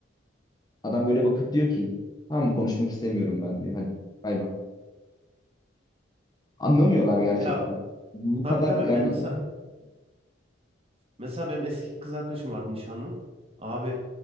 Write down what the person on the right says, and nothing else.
Ya
tabii
tabii
ben mesela Mesela benim eski kız arkadaşım vardı nişanlım. Abi